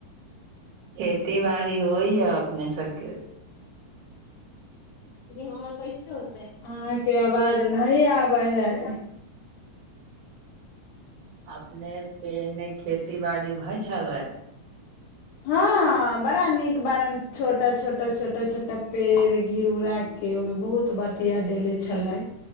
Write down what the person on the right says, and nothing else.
खेती बाड़ी होइया अपने सबके के
अपनेके एन्ने खेती बाड़ी भइ छलै